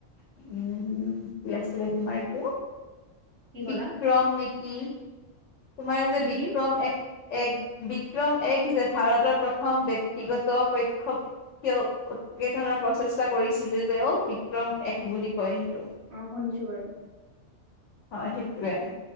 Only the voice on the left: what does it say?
উম কি আছিলে তোমাৰ এইটো?
বিক্ৰম নেকি? তোমাৰ যে
বিক্ৰম
এক এক বিক্ৰম এক যে ভাৰতৰ প্ৰথম ব্যক্তিগত
কৈ এনেধৰণৰ প্ৰচেষ্টা কৰিছিলে যে অ। বিক্ৰম এক
বুলি কয় সেইটো।
হয় সেইটোৱে।